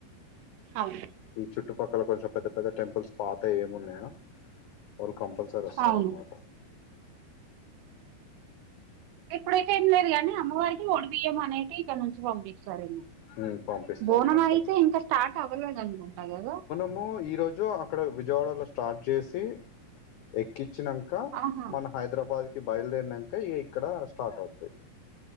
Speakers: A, on the right; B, on the left.
A: అవును.
B: ఈ చుట్టుపక్కల కొంచెం పెద్ద పెద్ద టెంపుల్స్ పాతవి ఏమున్నాయా. వాళ్ళు కంపల్సరీ వస్తారు
A: అవును
B: అన్నమాట.
A: ఇప్పుడైతే ఏం లేదు కానీ అమ్మవారికి ఓడి బియ్యం అనేది ఇక్కడ నుంచి పంపిస్తారేమో.
B: ఉమ్ పంపిస్తారు
A: బోనం
B: కంపల్సరీ
A: అయితే ఇంకా స్టార్ట్ అవ్వలేదు అనుకుంటా కదా.
B: మేము ఈ రోజు అక్కడ విజయవాడలో స్టార్ట్ చేసి ఎక్కించినం ఇంకా
A: ఆహా
B: మన హైదరాబాద్ కి బయలుదేరినాంక ఇక్కడ స్టార్ట్ అవుతాయి.